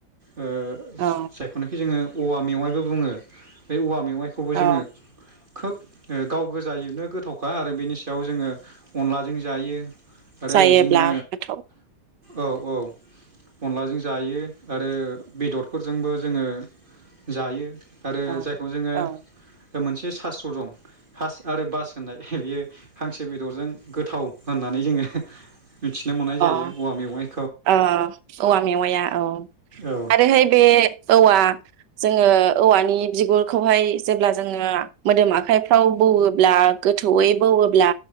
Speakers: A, on the right (about 30°); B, on the right (about 85°).
A: ओ
B: औ
A: जायखौनाखि जोङो औवा मेवाइबो बुङो। ै औवा मेव संाइखौबो
B: औ
A: जोङो खोब गाव गोजायनो गोथावखा आरो बेनि सायाव जोङो अनलाजों जायो आरो
B: जायोब्ला
A: बिदिनो
B: गोथाव
A: औ औ अनलाजों जायो आरो बेदरफोरजोंबो जोङो जायो आरो
B: औ
A: जायखौ जोङो
B: औ
A: मोनसे सास्त्र दं हास आरो बास होननाय बियो हांसो बेदरजों गोथाव होननानै जोङो मिथिनो मोननाय जायो
B: अ
A: औवा मेवाय
B: ओ औवा मेवाया औ
A: औ
B: आरोहाय बे औवा जोङो औवानि नि बिगुरखौहाय जेब्ला जोङना मोदोम आखाइफ्राव बौवोब्ला गोथौयै बौवोब्ला